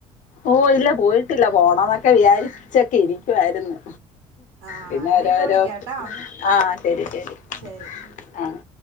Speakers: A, on the left; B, on the right.
A: ഓഹ് ഇല്ല. പോയിട്ടില്ല. പോണോന്നൊക്കെ വിചാരിച്ചൊക്കെ ഇരിക്ക്യുവായിരുന്ന്.
B: ആഹ്
A: പിന്നെ
B: ഞാൻ
A: ഓരോരോ.
B: ഇപ്പ വിളിക്കാട്ടോ
A: ആഹ്. ശെരി ശെരി
B: ശരി
A: ആഹ്.